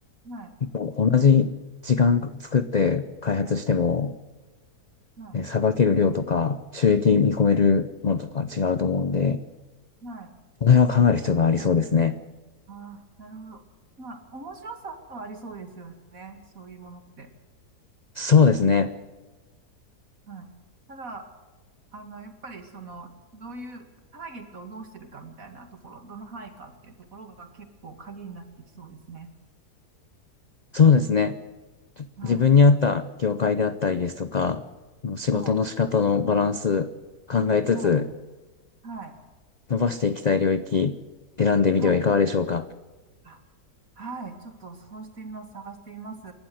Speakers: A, on the right; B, on the left.
A: はい、
B: もう同じ時間作って開発しても、
A: はい、は
B: ねさばける量とか収益見込めるものとか違うと思うんで、
A: い、はい、
B: この辺は考える必要がありそうですね。
A: ああ、なるほど。まあ、面白さはありそうですよね。そういうものって。
B: そうですね。
A: はい。ただ、あの、やっぱりその、どういう、ターゲットをどうしてるかみたいなところ、どの範囲かっていうところが結構鍵になってきそうですね。
B: そうですね。
A: はい。
B: 自分に合った業界であったりですとか、仕事の仕方のバランス考えつつ
A: はい。はい。はい。
B: 伸ばしていきたい領域選んでみてはいかがでしょうか。
A: はい。あはい。ちょっとそうしてみます。探してみます。